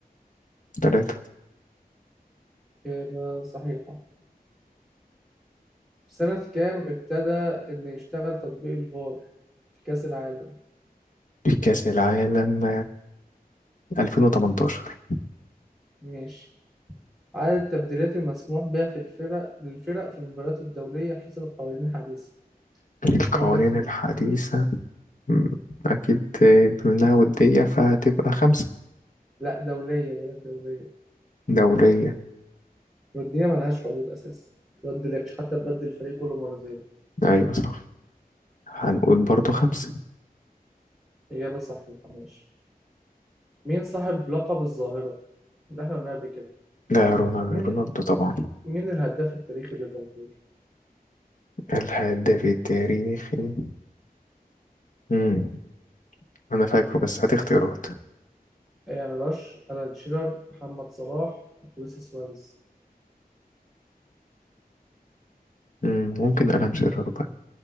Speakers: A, on the left; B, in the centre.
A: تلاتة
B: إجابة صحيحة سنة كام ابتدى إن يشتغل تطبيق الفار في كأس العالم؟
A: كأس العالم 2018
B: ماشي عدد التبديلات المسموح بها في الفرق للفرق في المباريات الدولية حسب القوانين الحديثة
A: القوانين
B: كم تبديل؟
A: الحديثة م، أكيد آه، بما إنها ودية فهتبقى خمسة
B: لا دولية بقول لك دولية
A: دولية
B: الودية ملهاش حدود أساسا متبدلكش حتى تبدل الفريق كل مرتين
A: أيوة صح هنقول برضو خمسة
B: إجابة صح محماش مين صاحب لقب الظاهرة؟ ده احنا قلنا قبل كده
A: ده رونالدو
B: مين
A: رونالدو طبعا
B: مين الهداف التاريخي ليفربول؟
A: الهداف التاريخي مم. أنا فاكره بس هات اختيارات
B: ايان راش، ألان شيرر، محمد صلاح، لويس سواريز
A: مم. ممكن ألان شيرر بقى